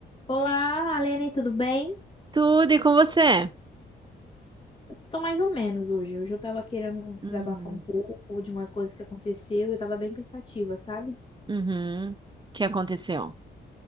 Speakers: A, on the left; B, on the right.
A: Olá, Alene, tudo bem?
B: Tudo e com você?
A: Eu tô mais ou menos hoje. Hoje eu tava querendo
B: Hum,
A: desabafar um pouco de umas coisas que aconteceu e eu tava bem pensativa, sabe?
B: Uhum. O que aconteceu?